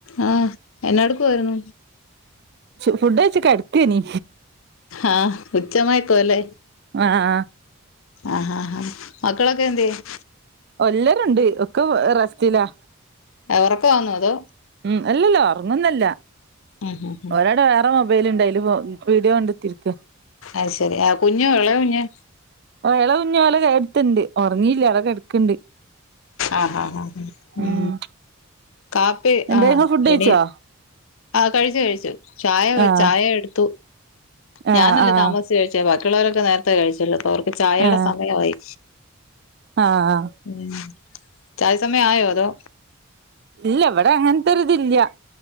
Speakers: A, on the left; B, on the right.
A: ആഹ് എന്നാടുക്കുവായിരുന്നു
B: ഫുഡ് കയിച്ച് കിടത്തിയ നി
A: ആഹ ഉച്ചമയക്കാല്ലേ
B: ആഹ്
A: ആഹാ ഹാ മക്കളെ ക്കെ എന്ത് ചെയ്യുന്നു
B: ഒല്ലരുണ്ട് ഒക്കെ റ സ്റ്റിലാ
A: ഉറക്കാണോഅതോ
B: ഉം അല്ലല്ല ഉറങ്ങുന്നല്ല
A: ഉം ഉം ഉം
B: ഒരാടെ വേറെ മൊബൈൽ ലുണ്ടായി അതില് വീഡിയോ കണ്ടെത്തിരിക്ക
A: അത് ശരി ആ കുഞ്ഞ ഉള്ളേ കുഞ്ഞ്
B: ഇള കുഞ്ഞുഓള് എടുത്തണ്ട് ഉറങ്ങിയില്ല അടെക്കെടുക്കണ്ട്
A: ആഹ് ഹ ഹ
B: ഉം
A: ഉ കാപ്പി
B: എന്താ
A: ആഹ്
B: ഇങ്ങള് ഫുഡ്
A: റെഡി
B: കഴിച്ചോ
A: കഴിച്ചു കഴിച്ചു ചായ
B: ആഹ്
A: ചായ എടുത്തു
B: ആഹ്
A: ഞാനല്ല
B: ആഹ്
A: താമസ കഴിച്ച ബാക്കിയുള്ളവരൊക്കെ നേരത്തെ കഴിച്ചല്ലോ അപ്പൊ അവർക്ക് ചായയുടെ
B: ആഹ്
A: സമയമായി
B: ആഹ്
A: ഉംചായ സമയംആയോ അതോ
B: ഇല്ല ഇവിടെ അങ്ങനത്തെരുതില്ല